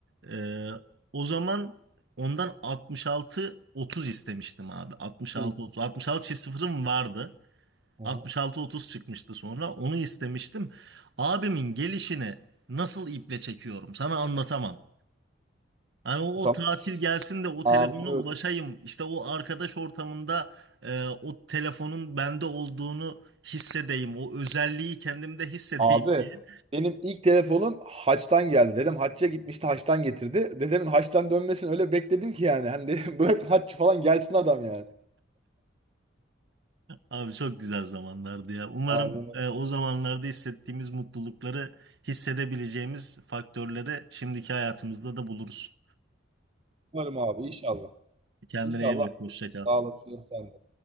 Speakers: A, on the right (about 60°); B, on the right (about 30°).
A: Ee, o zaman ondan 66-30 istemiştim abi. 66-30.
B: Hı.
A: 66 çift sıfırım vardı.
B: Hı.
A: 66-30 çıkmıştı sonra. Onu istemiştim. Abimin gelişini nasıl iple çekiyorum sana anlatamam. Hani o,
B: Sana
A: o tatil gelsin de o telefona
B: anlıyorum.
A: ulaşayım. İşte o arkadaş ortamında e, o telefonun bende olduğunu hissedeyim. O özelliği kendimde hissedeyim
B: Abi
A: diye.
B: benim ilk telefonum Haç'tan geldi. Dedem Haç'a gitmişti Haç'tan getirdi. Dedemin Haç'tan dönmesini öyle bekledim ki yani. Hani dedim <laughs> bırakın Haç falan gelsin adam yani.
A: Abi çok güzel zamanlardı ya. Umarım
B: Aynen.
A: e, o zamanlarda hissettiğimiz mutlulukları hissedebileceğimiz faktörleri şimdiki hayatımızda da buluruz.
B: Umarım abi inşallah.
A: Kendine
B: İnşallah
A: iyi bak. Hoşça kal.
B: sağ olasın sen. de.